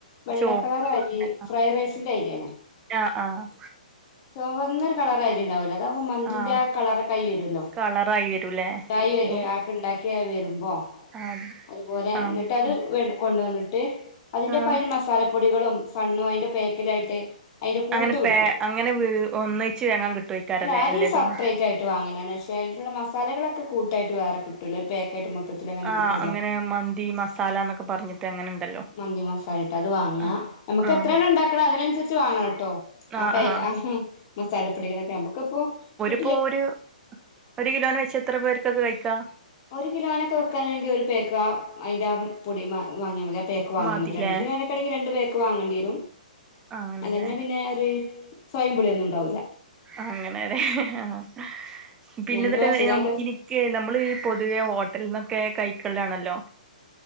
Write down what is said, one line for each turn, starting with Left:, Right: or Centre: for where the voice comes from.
Left: വെള്ളക്കളർ
Right: ചോ
Left: അരി
Right: ആ
Left: ഫ്രൈഡ് റൈസിന്റെ അരിയാണേ
Right: ആഹ് ആഹ്
Left: ചുവന്നൊരു കളറ അരിയുണ്ടാവുലെ അതാവകുമ്പോ മന്തിന്റെ
Right: ആഹ്
Left: ആ കളറൊക്കെയി വരുല്ലോ
Right: കളറായി വരൂല്ലേ
Left: ഉണ്ടായി
Right: ബു
Left: ആക്കി ഉണ്ടാക്കിയ വരുമ്പോ
Right: ആഹ്
Left: അതുപോലെ
Right: ആഹ്
Left: എന്നിട്ട് അത് വെളു കൊണ്ട് വന്നിട്ട് അതിന്ടൊപ്പം
Right: ആഹ്
Left: അയ്‌ന്റെ മസാലപൊടികളും സണ്ണും അയ്‌ന്റെ പേക്ക റ്റായിട്ട് അതിന്റെ കൂട്ട്
Right: അങ്ങനെ
Left: കിട്ടും
Right: പേ അങ്ങനെ വ് ഒന്നിച്ച് വാങ്ങാൻ കിട്ടുവായിക്കാരല്ലേ
Left: അല്ല ആദ്യം
Right: എല്ലതും
Left: സപ്രൈറ്റ് ആയിട്ട് വാങ്ങലാണ് പക്ഷെ അതിനുള്ള മസാലകളൊക്കെ കൂട്ട് ആയിട്ട് വേറെ കിട്ടുല്ലെ ഒരു പേക്കറ്റ്മ്മക്ക് മൊത്തത്തിലങ്ങനെ
Right: ആഹ്
Left: കിട്ടുവല്ലോ
Right: അങ്ങനെ മന്തി മസാല എന്നൊക്കെ പറഞ്ഞിട്ട് അങ്ങനെ ഉണ്ടല്ലോ
Left: മന്തി മസാലായിട്ട് അത് വാങ്ങാ
Right: ആഹ്
Left: നമുക്ക്
Right: ആഹ്
Left: എത്ര എണ്ണം ഉണ്ടാക്കണം അതിനനുസരിച്ച് വാങ്ങണംട്ടോ ആപ്പ
Right: ആഹ് ആഹ്
Left: എഹ് അഹ് മസാലപ്പൊടികളോക്കെ നമുക്കിപ്പോ കി
Right: ഇപ്പൊ ഒരു ഒരു കിലോന് വെച്ച എത്ര പേർക്കതു വെക്കാ
Left: ഒരു കിലോനൊക്കെ വെക്കാനെങ്കിൽ ഒരു പേക്ക് ആ അയിന്റെ പൊടി വാങ്ങിയാ മതി പേക്ക് വാങ്ങിയ
Right: മതില്ലേ
Left: മതി രണ്ട് കിലോക്കെണെൽ രണ്ട പേക്ക് വാങ്ങേി വരും
Right: അങ്ങനല്ലേ
Left: അല്ലാഞ്ഞ പിന്നൊരു ചോയെം പുളിം ഒന്നുണ്ടാവൂല
Right: അങ്ങനെയാണ് ആഹ് പിന്നെ
Left: എന്റെ
Right: എന്നിട്ട്
Left: ഭാഷയിൽ
Right: <unintelligible>
Left: അങ്ങനെ
Right: ഇനി ക്ക് നമ്മൾ ഈ പൊതുവെ ഹോട്ടലന്നൊക്കെ കൈക്കാലണല്ലോ